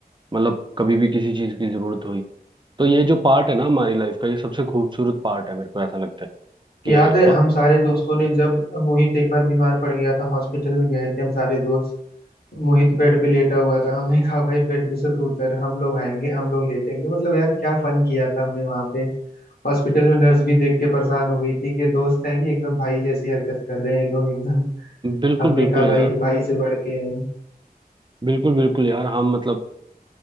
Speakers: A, on the right; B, on the left.
A: मतलब कभी भी किसी चीज़ की जरूरत हुई तो ये जो पार्ट है ना हमारी लाइफ का ये सबसे खूबसूरत पार्ट है मेरे को ऐसा लगता है
B: याद
A: कि
B: है हम
A: आ,
B: सारे दोस्तों ने जब मोहित एक बार बीमार पड़ गया था हॉस्पिटल में गए थे हम सारे दोस्त मोहित बेड पे लेटा हुआ था हमने <laughs> कहा भाई बेड पे से तू उतर हम लोग आएंगे हम लोग लेटेंगे मतलब यार क्या फन किया था हमने वहां पे हॉस्पिटल में नर्स भी देख के परेशान हो गई थी कि ये दोस्त है कि एकदम भाई जैसी हरकत कर रहे हैं ये लोग एकदम
A: बिल्कुल
B: हमने
A: बिल्कुल
B: कहा भाई
A: यार
B: हम भाई से बढ़ के हैं
A: बिल्कुल बिल्कुल यार हम मतलब